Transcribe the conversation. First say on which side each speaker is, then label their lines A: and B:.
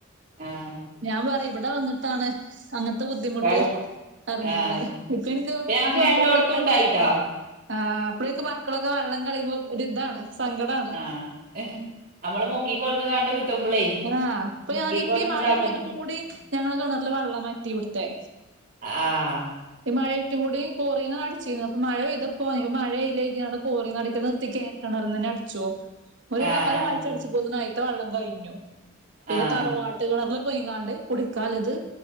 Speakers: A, on the right; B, on the right.
A: ആഹ്
B: ഞാൻ പറയും ഇവിടെ വന്നിട്ടാണ് അങ്ങനത്തെ ബുദ്ധിമുട്ട്
A: വെള്ളം
B: പറിഞ്ഞിക്കണ്ത്
A: ആഹ്
B: ഇപ്പ എനിക്ക്
A: ഞങ്ങക്ക്
B: മക്കളൊക്കെ
A: രണ്ടോടത്തും ഉണ്ടായിട്ടോ
B: <unintelligible> ആഹ് അപ്പളൊക്കെ മക്കളൊക്കെ വെള്ളം കളിയുമ്പോ ഒരിതാണ്. സങ്കടാ
A: ആഹ് നമ്മള് മുക്കി കൊട്ന്ന്കാണ്ട് കിട്ടുമ്പളേ
B: ആഹ് ഇപ്പ
A: മുക്കി
B: ഞാന് ഇപ്പീ
A: കൊടുന്ന്
B: മഴ
A: ഇതാക്ക
B: പെയ്തിട്ടുകൂടി ഞങ്ങടെ കിണറിലെ വെള്ളം വറ്റി ഇവിടുത്തെ.
A: ആഹ്
B: ഈ മഴായ്റ്റുകൂടി കോറീന്ന് അടിച്ചിരുന്നുപ്പൊ മഴ പെയ്തപ്പോ ഇപ്പ മഴയില്ലേര്തിക്കാണ്ട് കോറീന്നടിക്ക്ണത് നിർത്തിക്കെ കെണർനന്നെ അടിച്ചോ.
A: <inaudible>
B: ഒരു ഒരാഴ്ച
A: ആഹ്
B: അടിച്ചപോത്തിനൈത്തെ വെള്ളം കഴിഞ്ഞു പിന്നെ
A: ആഹ്
B: തറവാട് ട്ട് കെണർല് പൊയിങ്ങാണ്ട് കുടിക്കാലത്